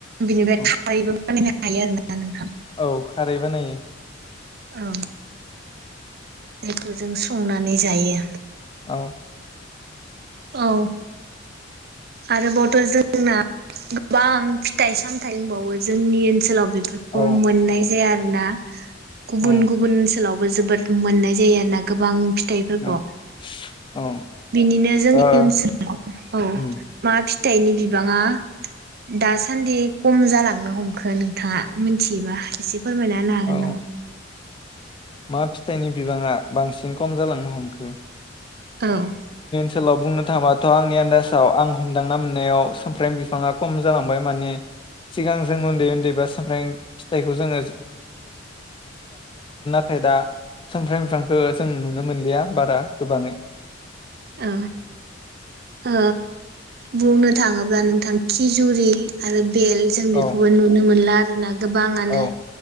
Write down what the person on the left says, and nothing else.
औ
औ खारै बानायो।
औ
औ
औ
औ औ
ओ
उम
औ
मा फिथाइनि बिबाङा बांसिन कम जालांनो हमखो
सोलाव बुंनो थांबाथ' आंनि आन्दाजाव आं हमदांना मोननायाव समफ्रेम बिफाङा कम जालांबाय माने सिगां जों उन्दै उन्दै बा समफ्रें फिथाइखौ जोङो थाय दा सेमफ्रें बिफांखो जों नुनो मोनलिया बारा गोबाङै।
औ
औ